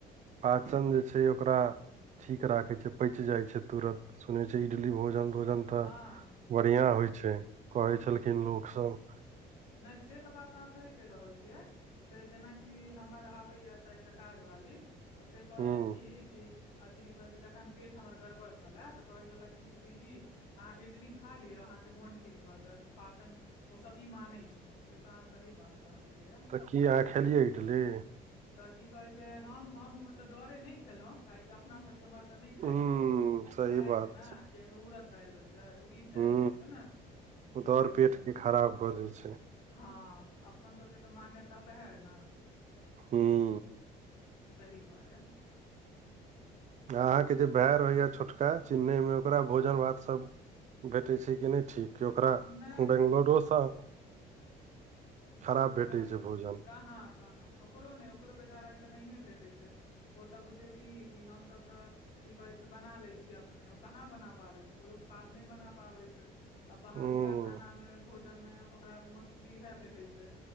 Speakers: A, on the right (about 45°); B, on the left (about 85°).
A: पाचन जे छै ओकरा ठीक राखे छै पच जाय छै तुरत सुनै छै इडली भोजन भोजन तऽ
B: हँ
A: बढ़िया
B: हँ
A: होइ छै कहै छलखिन लोक सब
B: नाइ से तऽ बात अहाँ सही कहि रहल छी जे से जेना की हमर अबै य एतऽ एकटा काज बाली क से कहैय
A: हूँ
B: य की की अथि की कहै छै जखन पेट हमर गड़बड़ छलै तऽ कहै छले की कि दीदी अहाँ इडली खा लिअ अहाँ केँ मोन ठीक भऽ जैत पाचन ओसभ ई मानै <unintelligible> से तऽ अहाँ सही बात कहलियै य
A: तऽ की अहाँ खेलियै इटली
B: तऽ की कहे छै हम हम तऽ डरे नहि खेलौ <unintelligible> अपना सब के उम्हर ते नहि खाय
A: हूँ
B: छै लोग
A: सही
B: डरााय
A: बात
B: छै ने किया ऐ मे उड़द दाइल होय छै उरीद दाइल
A: हूँ
B: दय छै ने <inaudible>
A: ओ तऽ आओर
B: तैऽ
A: पेट
B: दुआरे
A: के खराब कऽ दै छै
B: हँ अपन सब केँ तऽ मान्यता सेहा है नऽ
A: <unintelligible>
B: तहि दुआरे
A: अहाँकेँ जे भाय रहैया छोटका चिन्नई मे ओकरा भोजन भात सब भेटै छै कि नहि ठीक कि ओकरा
B: नहि
A: बेंगलोरोसँ
B: यौ
A: <inaudible> खराब भेटै
B: कहाँ
A: छै भोजन
B: कहाँ कहाँ ओकरो नहि ओकरो बेचारा के तऽ नहि भेटै छै ओ तऽ बुझौ की कि हम सब तऽ की कहै छै बना लै छिए अपने ओ कहाँ बना पाबै छै पुरुष पात नहि बना पाबै छै आ बाहरुका
A: हूँ
B: खाना में भोजन में ओकरा मोस्टली इएह भेटे छै